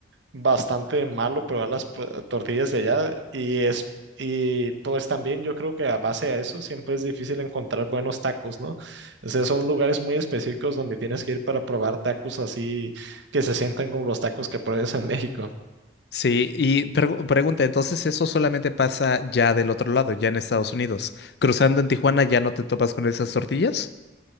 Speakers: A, on the right; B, on the left.
A: bastante malo probar las pro- tortillas de allá y es y pues también yo creo que a base de eso siempre es difícil encontrar buenos tacos, ¿no? O sea, son lugares muy específicos donde tienes que ir para probar tacos así que se sientan como los tacos que pruebas en <laughs> México.
B: Sí, y pregu- pregunta, entonces eso solamente pasa ya del otro lado, ya en Estados Unidos. Cruzando en Tijuana, ¿ya no te topas con esas tortillas?